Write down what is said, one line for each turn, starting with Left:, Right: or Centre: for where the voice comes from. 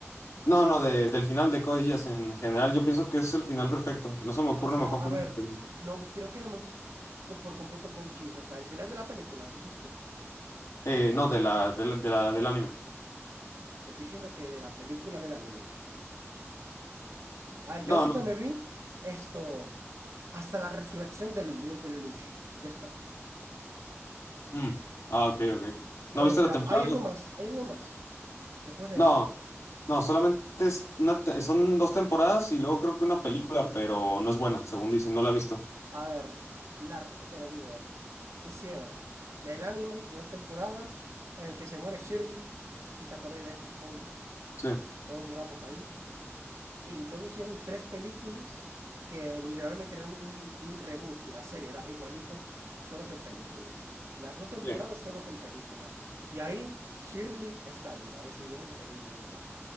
Left: No, no, de- del final de Code Geass en general, yo pienso que es el final perfecto. No se me ocurre
Right: o sea,
Left: una mejor
Right: a
Left: forma
Right: ver,
Left: de terminar.
Right: no, creo que no me vi co- por completo Cochise, o sea, al final de la película, dices tú,
Left: Eh, no, de la, de la- de la- del anime.
Right: te estoy diciendo que de la película del anime. A ver, yo
Left: No,
Right: solo
Left: no.
Right: me vi esto, hasta la resurrección del, del Lelouch, ya está.
Left: Mm. Ah, ok, ok.
Right: O
Left: ¿No viste
Right: sea,
Left: la temporada
Right: hay algo
Left: dos?
Right: más, hay algo más después de
Left: No.
Right: eso.
Left: No, solamente es una te- son dos temporadas y luego creo que una película, pero no es buena, según dicen, no la he visto.
Right: A ver, la- te lo digo. Hicieron el anime de dos temporadas en el que se muere Shirley, si te acordás de eso, supongo.
Left: Sí.
Right: Todos lloramos ahí. Y luego hicieron tres películas que literalmente eran un, un reboot de la serie, era igualito, solo que en películas. Las dos temporadas
Left: Sí.
Right: solo que en películas. Y ahí Shirley está viva, decidieron revivirla.